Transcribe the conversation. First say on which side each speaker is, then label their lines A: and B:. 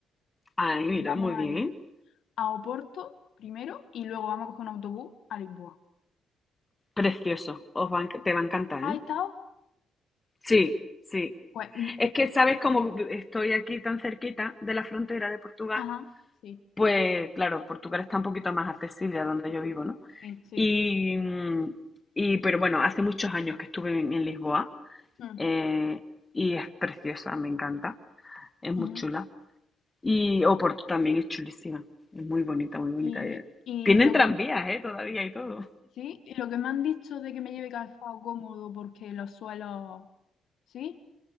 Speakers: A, on the left; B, on the left.
A: Ay, mira,
B: Vamos
A: muy bien.
B: a ir a Oporto primero y luego vamos a coger un autobús a Lisboa.
A: Precioso. Os va a enc- te va a encantar,
B: ¿Has
A: ¿eh?
B: estado?
A: Sí, sí.
B: Pues, mm,
A: Es que sabes como estoy aquí tan cerquita de la frontera de Portugal,
B: ajá, sí,
A: Pues claro, Portugal está un poquito más accesible a donde yo vivo, ¿no?
B: sí, sí.
A: Y, mm, y pero bueno, hace muchos años que estuve en, en Lisboa
B: Mm,
A: eh, y es preciosa, me encanta, es muy
B: ujú.
A: chula. Y Oporto también es chulísima, es muy bonita, muy bonita.
B: Y,
A: eh.
B: y
A: Tienen
B: lo
A: tranvías,
B: que
A: ¿eh? Todavía y todo.
B: sí, y lo que me han dicho de que me lleve calzado cómodo porque los suelos, ¿sí?